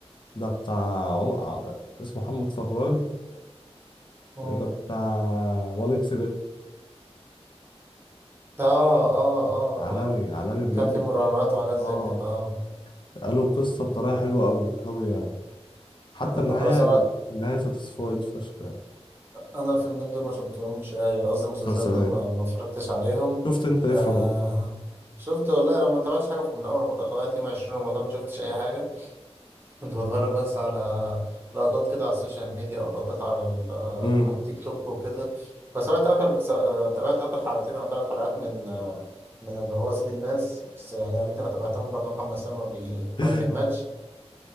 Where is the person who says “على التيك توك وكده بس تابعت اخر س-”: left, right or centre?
Right